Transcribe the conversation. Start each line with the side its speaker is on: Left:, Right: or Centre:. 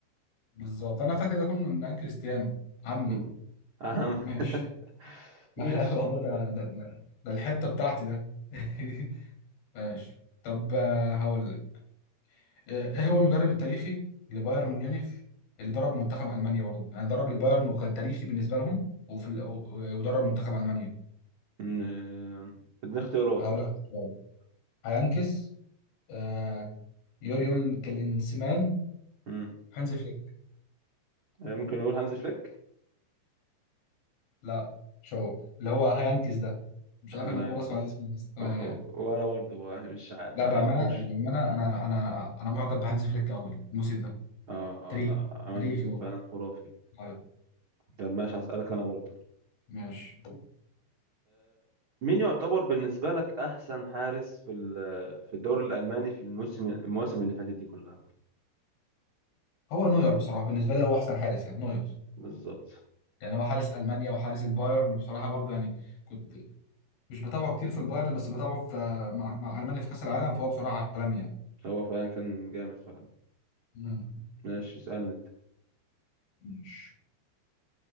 Left: بالظبط انا فاكر ده كله من عن كريستيانو عمي
Right: <laughs> اهم
Left: ماشي
Right: <laughs>
Left: <laughs> لا
Right: ماشي
Left: والله ده ده ده, ده الحته بتاعتي ده <laughs> ماشي طب آه، هقول لك آه، ايه هو المدرب التاريخي لبايرن ميونخ اللي درب منتخب المانيا برضه يعني درب البايرن وكان تاريخي بالنسبه لهم وفي ال... و- ودرب منتخب المانيا
Right: مم، اديني اختيارات
Left: هقول لك اختيارات. هيانكس آه يوريون كلينسمان
Right: مم.
Left: هانز فليك
Right: آه، ممكن نقول هانز فليك
Left: لا شو اللي هو هايانكيز ده مش
Right: هلاكس
Left: عارف انا اول مره اسمع اسمه بس تمام يعني
Right: ولا برضه بقى، مش ع- ما
Left: لا بامانه
Right: اعرفوش
Left: بامانه انا انا انا معجب بهانز فليك قوي الموسم ده
Right: اه
Left: تاريخي
Right: اه لا عمل
Left: تاريخي
Right: موسم
Left: والله
Right: فعلا خرافي
Left: طيب
Right: طب ماشي هسألك انا برضه
Left: ماشي
Right: مين يعتبر بالنسبة لك احسن حارس في ال- في الدوري الالماني في الموسم المواسم اللي فاتت دي كلها
Left: هو نوير بصراحه بالنسبه لي هو احسن حارس يعني نوير
Right: بالظبط
Left: يعني هو حارس المانيا وحارس البايرن بصراحه برضو يعني كنت مش بتابعه كتير في البايرن بس بتابعه في مع, مع المانيا في كاس العالم فهو بصراحه عالمي يعني
Right: هو فعلا كان جامد فعلا
Left: مم.
Right: ماشي اسألني انت
Left: ماشي